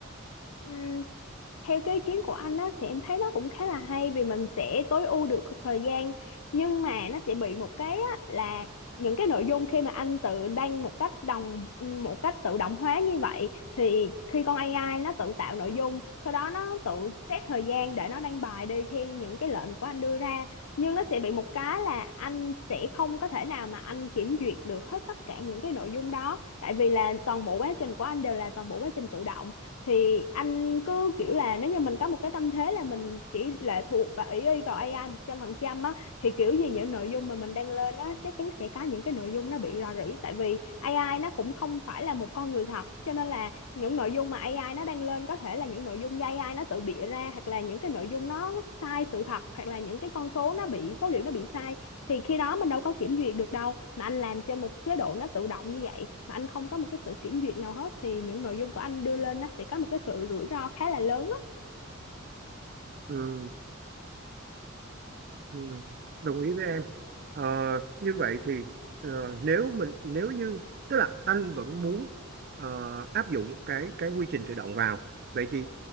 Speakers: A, on the left; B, on the right.
A: Ừ, theo cái ý kiến của anh á thì em thấy nó cũng khá là hay vì mình sẽ tối ưu được thời gian nhưng mà nó sẽ bị một cái á, là những cái nội dung khi mà anh tự đăng một cách đồng một cách tự động hóa như vậy thì khi con AI nó tự tạo nội dung sau đó nó tự xét thời gian để nó đăng bài đi theo những cái lệnh của anh đưa ra nhưng nó sẽ bị một cái là anh sẽ không có thể nào mà anh kiểm duyệt được hết tất cả những cái nội dung đó tại vì là toàn bộ quá trình của anh đều là toàn bộ quá trình tự động thì anh cứ kiểu là nếu như mình có một cái tâm thế là mình chỉ lệ thuộc và ỷ y vào AI một trăm phần trăm á thì kiểu gì những nội dung mà mình đăng lên á chắc chắn sẽ có những cái nội dung nó bị rò rỉ tại vì AI nó cũng không phải là một con người thật cho nên là những nội dung mà AI nó đăng lên có thể là những nội dung do AI nó tự bịa ra hoặc là những cái nội dung nó sai sự thật hoặc là những cái con số nó bị số liệu nó bị sai thì khi đó mình đâu có kiểm duyệt được đâu mà anh làm trên một chế độ nó tự động như vậy mà anh không có một cái sự kiểm duyệt nào hết thì những nội dung của anh đưa lên nó sẽ có một cái sự rủi ro khá là lớn á
B: Ừ. Ừ, đồng ý với em Ờ, như vậy thì ờ, nếu mình nếu như tức là anh vẫn muốn ờ, áp dụng cái cái quy trình tự động vào vậy thì